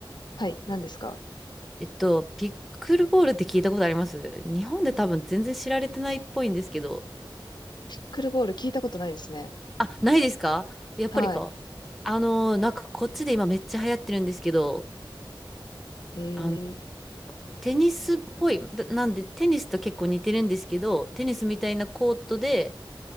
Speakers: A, on the left; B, in the centre.
A: はい、何ですか
B: えっと、ピックルボールって聞いたことあります日本で多分全然知られてないっぽいんですけど、
A: ピックルボール聞いたことないですね。
B: あ、ないですかやっぱりか。
A: はい。
B: あのー、なんかこっちで今めっちゃ流行ってるんですけど、
A: えー、
B: あの、テニスっぽい、だなんでテニスと結構似てるんですけど、テニスみたいなコートで、